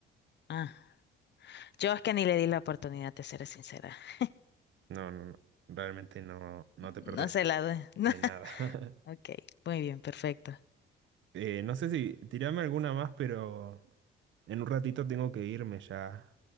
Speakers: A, on the left; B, on the right.
A: Ah, yo es que ni le di la oportunidad, te seré sincera. <laughs>
B: No, no, no. Realmente no, no te perdés
A: No se la doy. <laughs>
B: de nada. <laughs>
A: Ok, muy bien, perfecto.
B: Eh, no sé si tirame alguna más, pero en un ratito tengo que irme ya